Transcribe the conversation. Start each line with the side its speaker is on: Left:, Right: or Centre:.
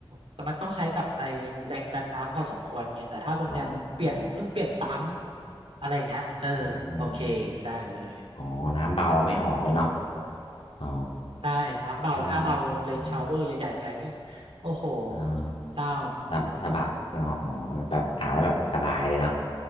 Right: แต่มันต้องใช้กับไอแรงดันน้ำพอสมควรไงแต่ถ้าคุณแชมป์เปลี่ยนเพิ่งเปลี่ยนปั๊ม
Left: อ๋ออ๋อ
Right: อะไรอย่างเงี้ยเออโอเคได้เลย
Left: อืมอืมอืมอ๋อน้ำเบาไม่ออกเลยเนาะ อ๋อ
Right: ใช่ น้ำเบา
Left: เออเอืมอ
Right: ถ้าเอาเรนชาวเวอร์ใหญ่ๆไปนี่ โอ้โห
Left: ออ่า
Right: เศร้า
Left: สบสบายเนาะอ๋อแบบอาบแล้วแบบสบายเลยเนาะ